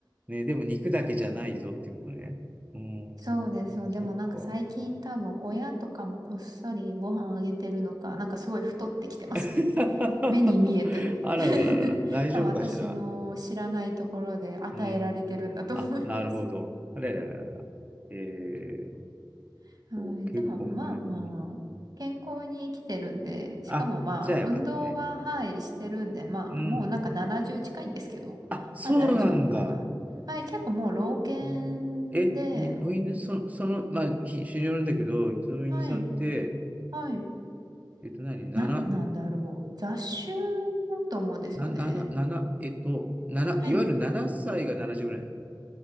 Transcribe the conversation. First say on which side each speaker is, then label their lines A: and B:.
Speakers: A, on the right (about 20°); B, on the right (about 50°).
A: ね、でも肉だけじゃないぞっていうことね。うーん、
B: そうです。そう。
A: そっか。
B: でもなんか最近多分親とかもこっそりご飯あげてるのか、なんかすごい太ってきてますね。
A: <laughs>
B: <laughs> 目に見えて。
A: あららららら、
B: <laughs>
A: 大丈夫かしら。
B: 多分私の知らないところで与えられてるんだと思います。
A: うん。あ、なるほど。あららららら。えー
B: <laughs> はい。
A: と、結構ね。
B: でもまあまあ、
A: うん。
B: 健康に生きてるんで、しかもまあ運動ははい、
A: あ、じゃあよかったね。
B: してるんで、まあもうなんか70近いんですけど、
A: うん。あ、そうなんだ。
B: まあ大丈夫かな。はい。結構もう老犬で、
A: うんえ、い、お犬、そ、その、まあ、品種によるんだけど、その犬さんって、
B: はい。はい。
A: えっと何、7、
B: 何なんだろう。雑種だと思うんですよね。
A: な、7、7、えっと、7、
B: はい。
A: いわゆる7歳が70ぐらいな